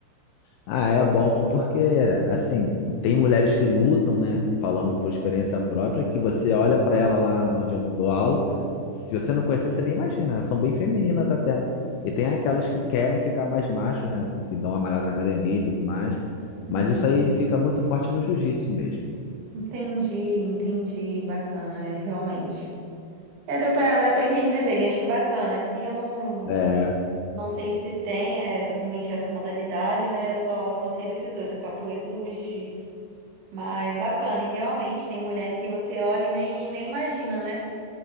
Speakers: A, on the left (about 85°); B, on the right (about 70°).
A: Ah, é bom porque, assim, tem mulheres que lutam, né? Falando por experiência própria, que você olha para ela lá onde eu dou aula, se você não conhecer, você nem imagina, elas são bem femininas até. E tem aquelas que querem ficar mais machos, né? Que dão uma malhada na academia e tudo mais.
B: Uhum.
A: Mas isso aí fica muito forte no jiu-jitsu mesmo.
B: Entendi, entendi. Bacana, é, realmente. É, deu pra, deu pra entender bem, achei bacana. Aqui eu não,
A: É.
B: não sei se tem é, exatamente essa modalidade, né? Eu só, só sei desses dois, da capoeira e do jiu-jitsu. Mas bacana, e realmente tem mulher que você olha e nem, nem imagina, né?